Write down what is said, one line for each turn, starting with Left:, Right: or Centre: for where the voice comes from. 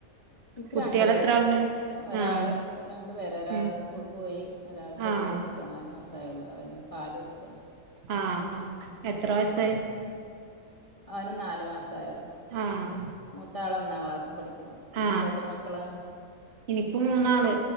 Left: എനിക്ക്
Right: കുട്ടികൾ
Left: രണ്ടു പേര്
Right: എത്ര ആളുണ്ട്
Left: ഒരാള്.
Right: ആഹ്
Left: രണ്ടു പേരെ ഒരാള്
Right: ഉം
Left: സ്കൂൾ പോയി ഒരാള് ചെറിയ
Right: ആഹ്
Left: കൊച്ച നാല് മാസായുള്ളൂ അവന് പാല് കൊടുക്ക.
Right: ആ എത്ര വയസായി?
Left: അവന് നാല് മാസായുള്ളൂ.
Right: ആഹ്.
Left: മൂത്താള് ഒന്നാം ക്ലാസ്സി പഠിക്കണു. നിനക്ക്
Right: ആ
Left: എത്ര മക്കളാ
Right: എനിക്ക് മൂന്നാള്